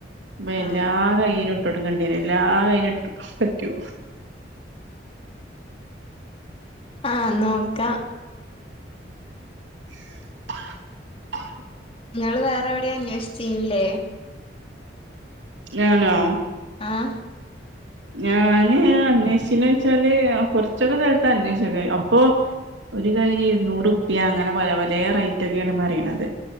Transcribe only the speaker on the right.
അപ്പ
എല്ലാ കൈയ്യ്‌നുട്ടൊട്ക്കണ്ടേരു എല്ലാ കയ്യിനു ഇട്ടൊടുക്കാൻ പറ്റോ
<inaudible>
ഞാനോ
ഞാന് അന്വേഷിച്ചോന്ന് ചോദിച്ചാല് കൊറച്ചൊക്കെ സ്ഥലത്ത് അന്വേഷിച്ച് നോക്കിയാരുന്നു അപോ മരുക്കെ അപ്പൊ- ഒരു കൈന് ഇരുന്നൂറ് റുപ്പിയ അങ്ങനെ പല പലേ റേറ്റ് ഒക്കെയാണ് പറയണത്